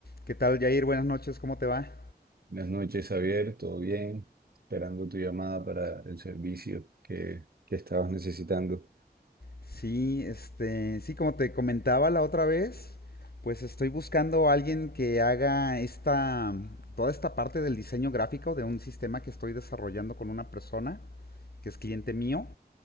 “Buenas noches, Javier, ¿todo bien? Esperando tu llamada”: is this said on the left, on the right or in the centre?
Right